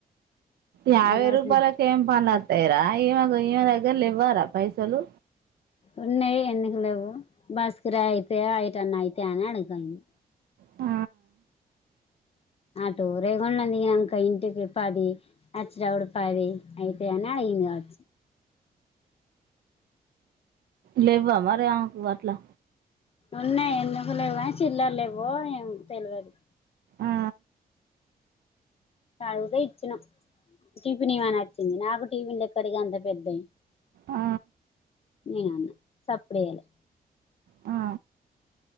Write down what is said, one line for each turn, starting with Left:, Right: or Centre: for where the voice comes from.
Right: యాబై
Left: విలాసం
Right: రూపాయలోకేం పనీ వస్త రా ఈవగ ఈమె దగ్గర లెవ్వు ఆరా పైసలు
Left: ఉన్నాయి ఎన్నిక లేవు బస్కిరా అయితే అఐటన్న అయితే అని అడిగాంది
Right: ఆ
Left: ఆ టూ రేగండందికింకా ఇంటికి పది వచ్చినప్పుడు పది అయితే అని అడిగింది కావచ్చు
Right: లేవా అరిేకు వాట్లా
Left: ఉన్నాయి ఎందుకు లేవు చిల్లర్ లేవ్వో ఏం తెలువదు
Right: ఆ
Left: అడుగుతే ఇచ్చినా టిఫిన్ ఇమ నచ్చింది నాకు టిఫిన్ లెక్కడికి అంత పెద్దవి
Right: ఆ
Left: నేను అన్న సప్పుడే చెయ్యాలా
Right: ఆ